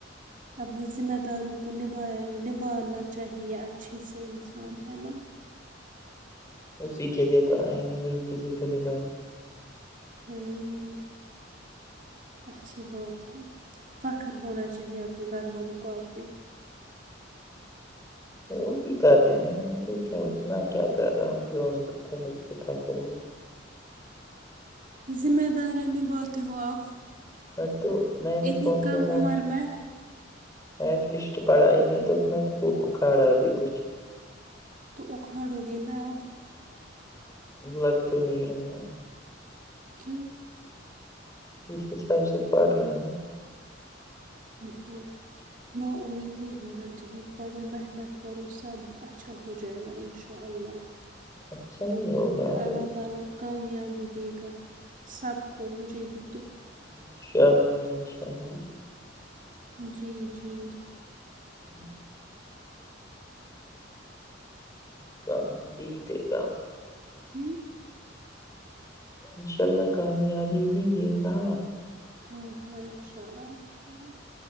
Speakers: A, on the right; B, on the left.
A: اپنی ذمہ داریوں کو نبھ نبھا چاہیے اچھی سے انسان ہے نا
B: اسی کے لیے توئ وہی چیزیں تو نک
A: ہوں ہ اچھی بات ہے فخر ہونا چاہیے آپ کے گھر والوں کو آپ پہ
B: وہ بھی کر رہے ہیں اتنا کیا کر رہا ہوں جو تک اتفاقو
A: ذمہ دارں نباتے ہو آپ
B: ہاں تو میں نے
A: اتنی
B: کون
A: کم
B: سے وہاں
A: عمر میں
B: ایٹ لیسٹ پڑھائی میں تو مت ا کاڑا ل ت
A: تو اکھاڑو گے نا اب
B: لگ تو نہیں رہا
A: کیونوں
B: اس ٹائم سے پڑھ رہا ہے
A: نہیں نا امید نہیں ہونا چاہیے پڑھو محنت کرو سب اچھا ہو جائے گا ان شاء اللہ اللہ
B: اچھا ہی ہوگا اگر
A: اللہ تعالی کامیابی دے گا سب کو مجھے بھی
B: ان شاء اللہ انشاء اللہ
A: جی جی
B: انشاء تو بھی ہی دے گا
A: ہوں
B: انشاء اللہ کامیابی ہی دے گا
A: ہاں ہاں انشاء اللہ انشاء اللہ